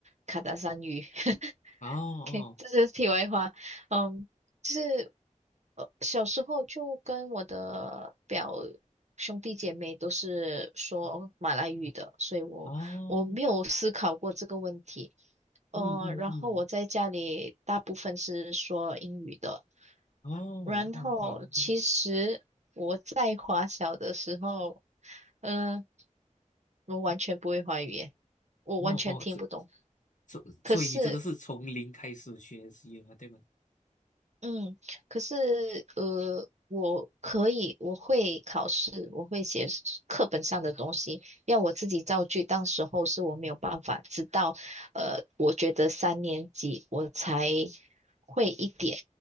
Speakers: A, on the right; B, on the left.
A: 卡达山语。<laughs>
B: 哦哦
A: OK，这是题外话。嗯，就是呃，小时候就跟我的表兄弟姐妹都是说马来语的，所以我我没有思考过这个问题。
B: 哦，
A: 呃，
B: 嗯嗯嗯，
A: 然后我在家里大部分是说英语的。
B: 哦
A: 然后其实我在华小的时候，
B: 哦好哦
A: 嗯、我完全不会华语耶，我完全听不懂。
B: 哦哦，这所所以你真的是从零开始学习了，
A: 可是
B: 对吗？
A: 嗯，可是呃，我可以，我会考试，我会写课本上的东西，要我自己造句。当时候是我没有办法，直到呃，我觉得三年级我才会一点，